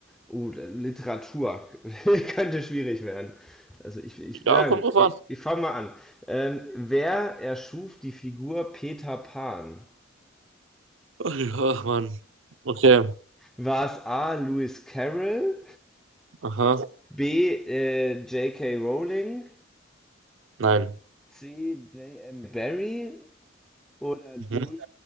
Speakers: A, in the centre; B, on the right.
A: Uh, Literatur <laughs> könnte schwierig werden. Also ich, ich,
B: Ja,
A: ja,
B: kommt
A: gut,
B: drauf an.
A: ich, ich fange mal an. Ähm, wer erschuf die Figur Peter Pan?
B: Ach Mann. Okay.
A: War es A. Lewis Carroll,
B: Aha.
A: B. Äh, J K Rowling,
B: Nein.
A: C. J M Barrie oder D.
B: Mhm.